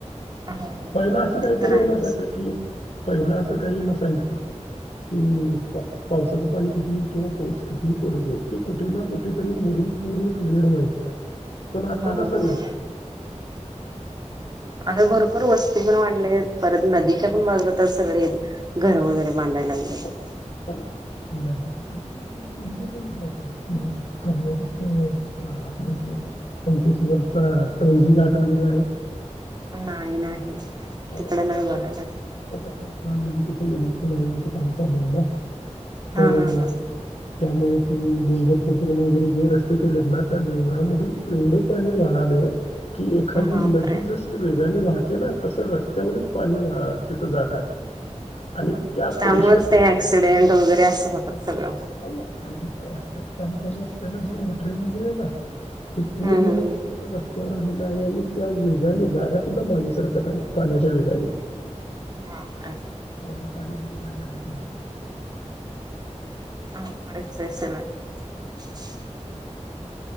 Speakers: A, on the right; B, on the left.
A: हो
B: पहिला असं काही
A: ते
B: बर
A: तर आहेच
B: नसत की पहिला असं काही नस च क पावसाचं पाणी किंवा पाोस कितीही पडते ते कुठे ना कुठेतरी मोरून पूर्ण क्लिअर व्हाय पण आता
A: हो
B: तसं
A: हो
B: नाही
A: हो आता भरोपर वस्ती पण वाढल्या आहेत परत नदीच्या पण बाजला तर सगळे घर वगैरे बांधायला लागले
B: प नाही. आता तुम् एक इडि <unintelligible> बघितलाय का कर्नाटकचे आपल्या त्यांचेशवरचा टोजी घाट वगैरे आहे.
A: नाही नाही.
B: हो
A: तिकडे नाही
B: का
A: बघायला लागले.
B: ते कस आता म्हणजे ते नस प <unintelligible> तर कामचाल आहे ना, तर
A: हा हा हा
B: त्यामुळे तू डोंगर पपण <unintelligible> वगैरे जे रस्ते केलेत ना त्या डोंगरामधून एवढं पाणी वाहलं. की एखादी
A: हा बापरे
B: नदी जशी वे <unintelligible> णी वाहतो ना, तस रस्त्यावरून पाणी वा तथं जात आहे. आणि त्या
A: त्यामुळे
B: प्रेशरने
A: ते अऍक्सिडेंट वगैरे असं होतात सगळं.
B: अ आता काय रत्याच काम चाल असतांना जे मटरेल वगैरे हे ना, हे पूर्ण
A: हम्म हम्म
B: म्हणजे पूर्ण रस्ते <unintelligible> वर आलेला आहे आणि त्या वेगाने गाड्या सुद्धा माझे सारकत आहेत पाण्याच्या वेगाने
A: बापरे
B: अजे चाले किती प्रेशर हे.
A: हच ना <unintelligible>